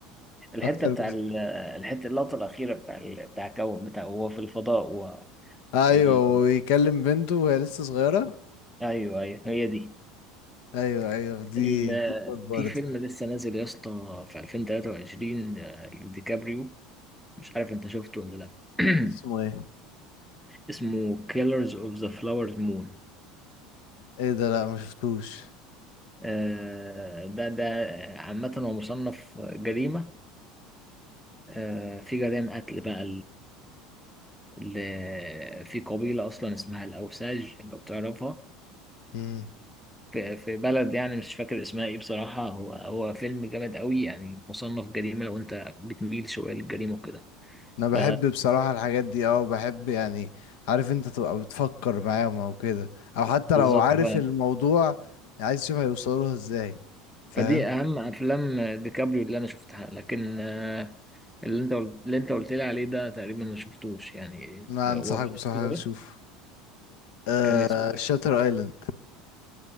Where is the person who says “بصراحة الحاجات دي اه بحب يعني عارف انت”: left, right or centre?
Left